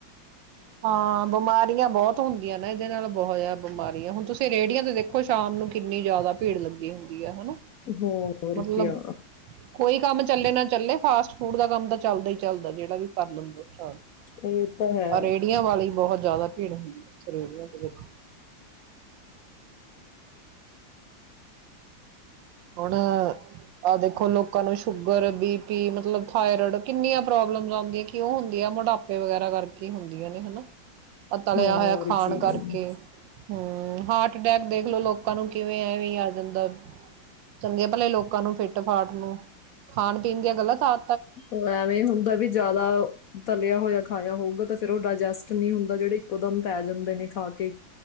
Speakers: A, on the right; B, on the left.
A: ਹਾਂ, ਬਿਮਾਰੀਆਂ ਬਹੁਤ ਹੁੰਦੀਆਂ ਨੇ, ਇਹਦੇ ਨਾਲ ਬਹੁਤ ਜਾਦਾ ਬਿਮਾਰੀਆਂ ਹੁਣ ਤੁਸੀਂ ਰੇਹੜੀਆਂ ਤੇ ਦੇਖੋ, ਸ਼ਾਮ ਨੂੰ ਕਿੰਨੀ ਜ਼ਿਆਦਾ ਭੀੜ ਲੱਗੀ ਹੁੰਦੀ ਹੈ। ਹਨਾ
B: ਹੋਰ
A: ਮਤਲਬ
B: ਕਿਆ
A: ਕੋਈ ਕੰਮ ਚੱਲੇ ਨਾ ਚੱਲੇ, ਫਾਸਟ ਫੂਡ ਦਾ ਕੰਮ ਤਾਂ ਚੱਲਦਾ ਈ ਚੱਲਦਾ ਜਿਹੜਾ ਵੀ ਕਰ ਲੈਂਦਾ ਸਟਾਰਟ
B: ਇਹ ਤਾ ਹੈ,
A: ਰੇਹੜੀਆਂ ਵਾਲੀ ਬਹੁਤ ਜ਼ਿਆਦਾ ਭੀੜ ਹੁੰਦੀ ਹੈ। ਰੇੜੀਆਂ ਤੇ ਵੇਖੋ, ਹੁਣ ਆਹ ਦੇਖੋ ਲੋਕਾਂ ਨੂੰ ਸ਼ੁ ਗਰ, ਬੀ ਪੀ, ਮਤਲਬ ਥਾਈਰਡ ਕਿੰਨੀਆਂ ਪ੍ਰੋਬਲਮਸ ਆਉਦੀਆਂ। ਕਿਉਂ ਹੁੰਦੀਆ ਮੋਟਾਪੇ ਵਗੈਰਾ ਕਰਕੇ ਹੁੰਦੀਆਂ ਨੇ ਹਨਾ। ਅਦਾ ਲਿਆ
B: ਹੋਰ
A: ਹੋਇਆ ਖਾਣ
B: ਕੀ
A: ਕਰਕੇ। ਹੂੰ ਹਟ ਹਾਰਟਅਟੈਕ ਦੇਖਲ ਲੋ ਲੋਕਾਂ ਨੂੰ ਕਿਵੇਂ ਐਵੇਂ ਅ ਬੰਦਾ ਚੰਗੇ ਭਲੇ ਲੋਕਾਂ ਨੂੰ ਫਿੱਟ ਫਾਟ ਨੂੰ। ਖਾਣ ਪੀਣ ਦੀਆਂ ਗਲਤ ਆ
B: ਉਹ ਐਵੇਂ ਹੀ ਹੁੰਦਾ ਵੀ ਜ਼ਿਆਦਾ ਧ ਪਆ ਹੋਇਆ ਖਾਇਆ ਹੋਊਗਾ ਤਾਂ ਫੇਰ ਉਹ ਡਾਇਜੈਸਟ ਨਹੀਂ ਹੁੰਦਾ ਜਿਹੜੇ ਇੱਕੋਦਮ ਪੈ ਜਾਂਦੇ ਨੇ ਖਾ ਕੇ